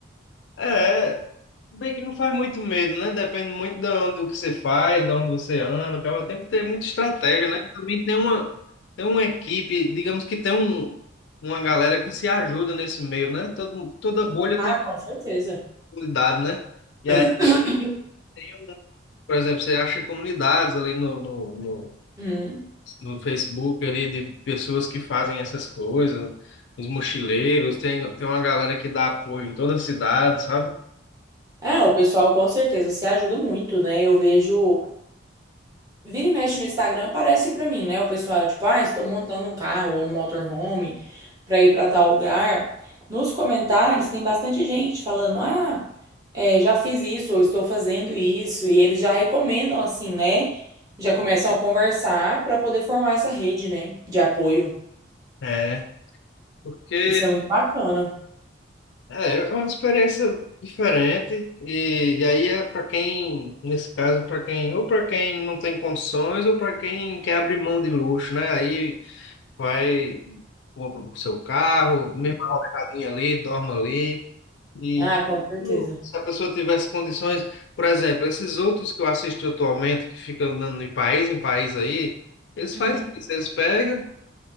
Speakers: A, on the left; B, on the right.
A: É, bem que não faz muito medo, né? Depende muito do, do que você faz, de onde você anda. Acaba tem que ter muita estratégia, né? E Também tem uma, tem uma equipe, digamos que tem um, uma galera que se ajuda nesse meio, né? Todo, toda bolha
B: Ah,
A: tem
B: com certeza.
A: comunidade, né? E
B: <coughs>
A: aí tem, um- por exemplo, você acha comunidades ali no, no, no-
B: Hum.
A: no Facebook ali de pessoas que fazem essas coisas, os mochileiros, tem, tem uma galera que dá apoio em toda a cidade, sabe?
B: Ah, o pessoal com certeza se ajuda muito, né? Eu vejo, vira e mexe no Instagram, aparece pra mim, né? O pessoal, tipo, ah, estou montando um carro ou um motorhome pra ir pra tal lugar. Nos comentários tem bastante gente falando, ah, é, já fiz isso, ou estou fazendo isso, e eles já recomendam, assim, né? Já começam a conversar pra poder formar essa rede, né? De apoio.
A: É, porque
B: Isso é muito bacana.
A: é, é uma experiência diferente e, e aí é para quem, nesse caso, para quem ou para quem não tem condições ou para quem quer abrir mão de luxo, né? Aí vai compra o seu carro, mesma rocadinha ali, dorme ali. E
B: Ah, com certeza.
A: se a pessoa tivesse condições, por exemplo, esses outros que eu assisto atualmente, que ficam andando de país em país aí, eles
B: Uhum.
A: fazem isso, eles pegam,